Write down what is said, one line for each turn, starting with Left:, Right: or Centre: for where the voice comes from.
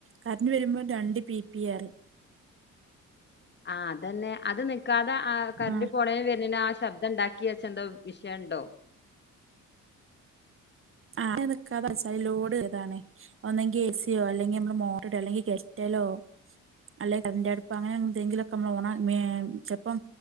Right: കര്ന്റ് വരുമ്പോൾ രണ്ട്പിപിഅറിം
Left: ആഹ് അതന്നെഅത് ന്ക്കാതെ ആ കര്ന്റ്പോണേന്
Right: ആഹ്
Left: വെര്നേന്ആശബ് ശബ്ദം ണ്ടാക്കി വെച്ച യെന്തോ വിഷയണ്ടോ
Right: ആഹ് നിക്കാതച്ച ലോഡ്താണ് ഒന്നെങ്കിഎസിയോ അല്ലെങ്കി മ്മഅളെ മോട്ട്രഅല്ലെങ്കിൽ ഗെറ്റലോ അല്ലെ കര്ന്റെ അട്പ്പ അങ്ങനെ എന്തെങ്കിലൊക്കെമ്മളൊണാ മേ ചെപ്പം